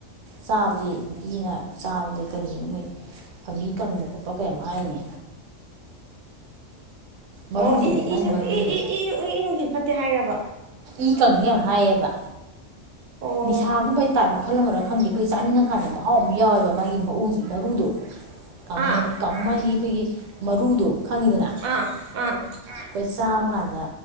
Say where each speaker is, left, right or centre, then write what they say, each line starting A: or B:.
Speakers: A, on the right (about 80°); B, on the right (about 60°).
A: ꯆꯥꯕꯗꯤ ꯅꯨꯄꯤꯅ ꯆꯥꯕꯗꯩ ꯀꯔꯤꯅꯣ ꯃꯣꯏ ꯐꯥꯝꯕꯤ ꯀꯪꯕ ꯈꯣꯠꯄ ꯀꯩꯝ ꯍꯥꯏꯅꯤ ꯃꯔꯨꯗꯣ
B: ꯑꯣ ꯏ
A: ꯃꯥꯏ
B: ꯏꯨ
A: ꯃꯔꯨꯗꯣ
B: ꯏ ꯏꯅꯨ ꯏ ꯏ ꯅꯨꯡꯁꯤꯠ ꯐꯠꯇꯦ ꯍꯥꯏꯔꯕ
A: ꯃꯤ ꯀꯪꯉ ꯌꯥꯝ ꯍꯥꯏꯌꯦꯕ
B: ꯑꯣ
A: ꯅꯤꯁꯥꯒꯨꯝꯕꯩ ꯇꯥꯏꯞ ꯃꯈꯜ ꯑꯃꯔ ꯈꯪꯗꯦ ꯑꯩꯈꯣꯏ ꯆꯥꯅꯤꯡꯉꯀꯥꯟꯗ ꯃꯍꯥꯎ ꯑꯃ ꯌꯥꯎꯋꯦꯕ ꯃꯥꯒꯤꯎ ꯃꯔꯨꯗꯣ ꯀꯥꯡꯨ
B: ꯑꯥ
A: ꯀꯥꯡꯨ ꯃꯥꯒꯤ ꯑꯩꯈꯣꯏꯒꯤ ꯃꯔꯨꯗꯣ ꯈꯪꯉꯤꯗꯅ
B: ꯑꯥ ꯑꯥ
A: ꯑꯩꯈꯣꯏ ꯆꯥꯕ ꯀꯥꯟꯗ